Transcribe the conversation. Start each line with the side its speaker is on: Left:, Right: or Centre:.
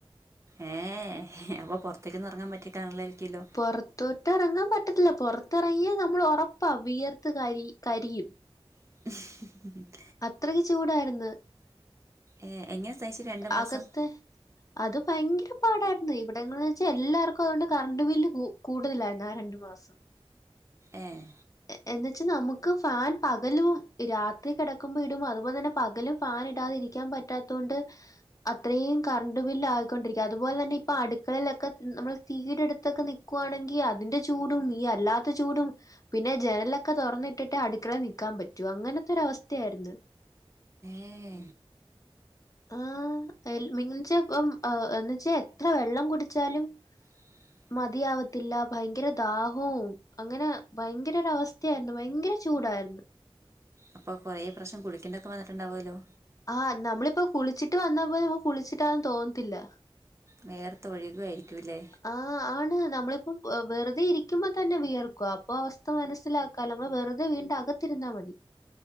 Right: ഏഹെ. അപ്പോ പൊറത്തേക്കൊന്നും എറങ്ങാൻ പറ്റി കാണില്ലായ്രിക്കില്ലോ.
Left: പൊറത്തോട്ടെറങ്ങാൻ പറ്റത്തില്ല പൊർത്തെർങ്ങിയാ നമ്മള് ഒറപ്പാ വിയർത്ത് കരി കരിയും.
Right: <unintelligible> <inaudible>
Left: അത്രയ്ക്ക് ചൂടായിര്ന്ന്.
Right: ഏഹ്. എങ്ങനെ സയിച്ച് രണ്ട് മാസം?
Left: അകത്ത് അത് ഭയങ്കര പാടായ്ര്ന്ന്. ഇവിടെങ്ങ് വെച്ചാ എല്ലാർക്കും അതോണ്ട് കറണ്ട് ബില്ല് കു കൂടുതലായിരുന്നു ആ ര ണ്ട് മാസം.
Right: ഏഹ്.
Left: എ എന്ന് വെച്ച് നമുക്ക് ഫാൻ പകലും രാത്രി കെടക്കുമ്പോ ഇടും അതുപോലെ തന്നെ പകലും ഫാനിടാതിരി ക്ക്യാൻ പറ്റാത്തോണ്ട് അത്രീം കറണ്ട് ബില്ലായിക്കൊണ്ടിരിക്ക്യ. അതുപോലെ തന്നെ ഇപ്പ അടുക്കളേലൊക്കെ നമ്മൾ തീയ്ടെ അടുത്തൊക്കെ നി ക്കുവാണെങ്കി അതിന്റെ ചൂടും ഈ അല്ലാത്ത ചൂടും, പിന്നെ ജനലൊക്കെ തൊറന്നിട്ടിട്ട് അടുക്കളെ നിക്കാൻ പറ്റൂ. അങ്ങനെത്തൊരവസ്ഥയായിരുന്ന്.
Right: ഏഹെ.
Left: ആഹ് എൽമിൻ ജ പ്പം ഏഹ് എന്ന് വെച്ചാ എത്ര വെള്ളം കുടിച്ചാലും
Right: <unintelligible>
Left: മതിയാവത്തില്ല ഭയങ്കര ദാഹവും അങ്ങനെ ഭയങ്കരൊരവസ്ഥയായിരുന്നു ഭയങ്കര ചൂടായിരുന്നു
Right: അപ്പൊ കുറെ പ്രാവശ്യം കുളിക്കണ്ടൊക്കെ വന്നിട്ട്ണ്ടാവോലോ?
Left: ആഹ് നമ്മളിപ്പൊ കുളിച്ചിട്ട് വന്നപ്പോലുംനമുക്ക് കുളിച്ചിട്ടാന്ന് തോന്നത്തില്ല
Right: വേയർത്ത് ഒഴുകായിരിക്കൂല്ലേ
Left: ആഹ് ആണ് നമ്മളിപ്പം വെറുതെ ഇരിക്കുമ്പോ തന്നെ വിയർക്കുവാ അപ്പോ അവസ്ഥ മനസ്സിലാക്കാല്ലൊ നമ്മൾ വെറുതെ വീടിൻ്റക ത്തിരുന്നാ മതി